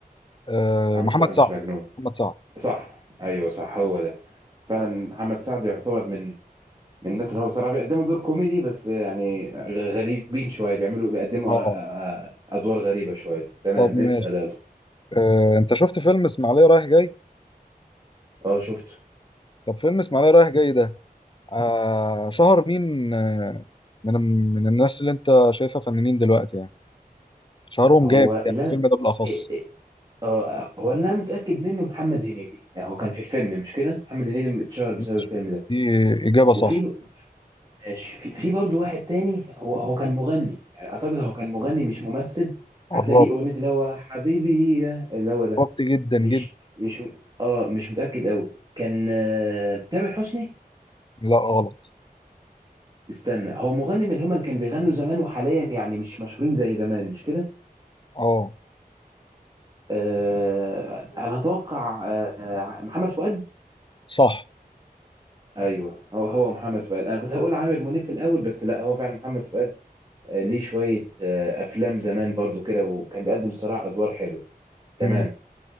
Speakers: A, on the left; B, on the right.
A: آه
B: عامل
A: محمد
B: سقا مش
A: سعد
B: مجنون
A: محمد سعد
B: صح ايوه صح هو ده فعلا محمد سعد يعتبر من من الناس اللي هو بصراحه بيقدموا دور كوميدي بس يعني غ- غريبين شويه بيعملوا بيقدموا
A: اه
B: أ- أ- ادوار غريبه شويه تمام
A: طب ماشي
B: اسال يلا
A: آه انت شفت فيلم اسماعيليه رايح جاي
B: اه شفته
A: طب فيلم اسماعيليه رايح جاي ده آه شهر
B: مم.
A: مين آه من من الناس اللي انت شايفها فنانين دلوقتي يعني شهرهم
B: هو
A: جامد يعني
B: اللي انا
A: الفيلم ده بالاخص
B: إيه- إيه- اه هو اللي انا متاكد منه محمد هنيدي يعني هو كان في الفيلم مش كده محمد هنيدي اتشهر بسبب
A: ماشي
B: الفيلم ده
A: دي اجابه
B: وفي
A: صح
B: ماشي في في برضه واحد تاني هو هو كان مغني يعني اعتقد هو كان مغني مش ممثل
A: قربت
B: حتى ليه اغنيه اللي هو حبيبي يا- اللي هو ده
A: قربت جدا جدا
B: مش مش اه مش متاكد قوي كان آه، تامر حسني
A: لا غلط
B: استنى هو مغني من هما اللي كانوا بيغنوا زمان وحاليا يعني مش مشهورين زي زمان مش كده
A: اه
B: آه انا اتوقع آه محمد فؤاد
A: صح
B: ايوه هو هو محمد فؤاد انا كنت هقول عامر منيب في الاول بس لا هو فعلا محمد فؤاد آه، ليه شويه آه، افلام زمان برضو كده وكان بيقدم صراع ادوار حلو تمام
A: مم.